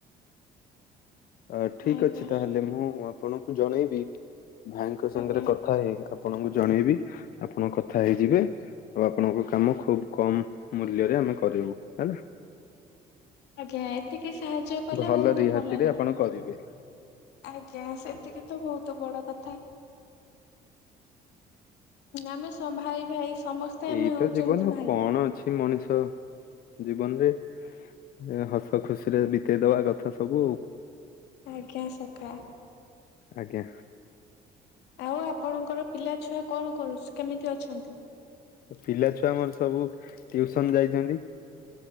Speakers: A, on the left (about 60°); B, on the left (about 85°).
A: ଅ ଠିକ୍
B: ଆଜ୍ଞା
A: ଅଛି ତାହେଲେ ମୁଁ ଆପଣଙ୍କୁ ଜଣେଇବି। ଭାଇଙ୍କ ସାଙ୍ଗରେ
B: ଆଜ୍ଞା।
A: କଥା ହେଇ ଆପଣଙ୍କୁ ଜଣେଇବି ଆପଣ କଥା ହେଇଯିବେ। ଆଉ ଆପଣଙ୍କ କାମ ଖୁବ୍ କମ ମୂଲ୍ୟରେ ଆମେ କରିବୁ ହେଲା।
B: ଆଜ୍ଞା ଏତିକି ସାହାଯ୍ୟ କଲେ
A: ଭଲ
B: ବୋହୁତ
A: ରିହାତିରେ
B: ଭଲ ଲାଗିବ।
A: ଆପଣ କରିବେ।
B: ଆଜ୍ଞା ସେତିକି ତ ବୋହୁତ ବଡ କଥା। ଆମେ ସମ୍ ଭାଇ ଭାଇ ସମ ସ୍ତେ
A: ଏଇତ
B: ଆମେ ହୋଉଚନ୍ତି
A: ଜୀବନ ଆଉ
B: ଭାଇ
A: କଣ
B: ଭାଇ।
A: ଅଛି ମଣିଷ ଜୀବନରେ ଅ ହସ ଖୁସି ରେ ବିତେଇ ଦବା କଥା ସବୁ।
B: ଆଜ୍ଞା ସଖା।
A: ଆଜ୍ଞା।
B: ଆଉ ଆପଣଙ୍କର ପିଲା ଛୁଆ କଣ କରୁଛ କେମିତି ଅଛନ୍ତି?
A: ପିଲା ଛୁଆ ମୋର ସବୁ ଟିଉସନ ଯାଇଛନ୍ତି।